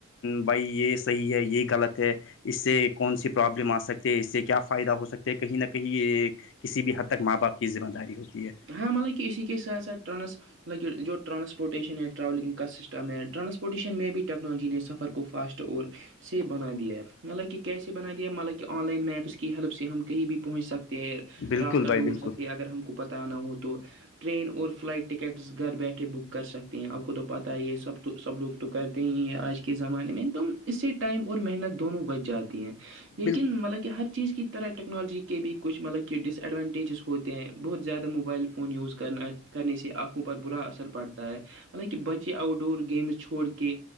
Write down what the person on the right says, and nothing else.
ہاں مطلب کہ اسی کے ساتھ ساتھٹرانس لائکن جو ٹرانسپورٹیشن ہے ٹرولنگ کا سسٹم ہے ٹرانپورٹیشن میں بھی ٹیکنالوجی نے سفر کو فاسٹ اور سے بنا دیا ہے مطبہ کیسے بنا دیا ہے مطبک آن لائن میپس کی ہیلپ سے ہم کہیں بھی پہنچ سکتے ہیں
راستہ
ڈھونڈ
سکتے ہیں اگر ہم کو پتہ نہ ہو تو ٹرین اور فلائٹ ٹکٹس گھر بیٹھے بک کر سکتے ہیں آپ کو تو پتہ ہے یہ سب تو سب لوگ تو کرتے ہی ہیں آج کے زمانے میں تو اس سے ٹائم اور محنت دونوں بچ جاتی ہیں لیکن
مطلب کہ ہر چیز کی طرح ٹیکنالوجی کے بھی کھ مطلب کہ ڈس ایڈوانٹیجز ہوتے ہیں بہت زیادہ موبائل فون یوز کرنا کرنے سے آنکھوں پر برا اثر پڑتا ہے مطلب کہ بچے آؤٹ ڈور گیمز چھوڑ کے